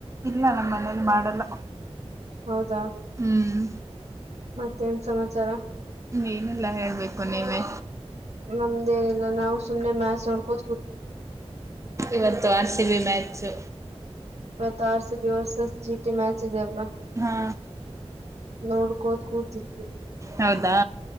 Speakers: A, on the right (about 30°); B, on the right (about 85°).
A: ಇಲ್ಲ ನಮ್ಮ ಮನೇಲಿ ಮಾಡಲ್ಲ.
B: ಹೌದಾ
A: ಹ್ಮ್
B: ಮತ್ತೇನ್ ಸಮಾಚಾರ
A: ಏನಲ್ಲಾ ಹೇಳ್ಬೇಕು ನೀವೇ
B: ನಮ್ದೇನಿಲ್ಲ ನಾವು ಸುಮ್ನೆ ಮಾ್ಯಾಸ್ ನೋಡ್ಕೋ
A: ಇವತ್ತು ಆರ್ ಸಿಿ ಬಿ ಮ್ಯಾಚ್ು
B: ತಾರ್ ಸ ಸಸ್ ಜೀಟ ಮ್ಯಾಚ ಜಲ
A: ಹಾ
B: ನೋಡ್ಕೋದ ಕೂತಿದ್ವಿ
A: ಹೌದಾ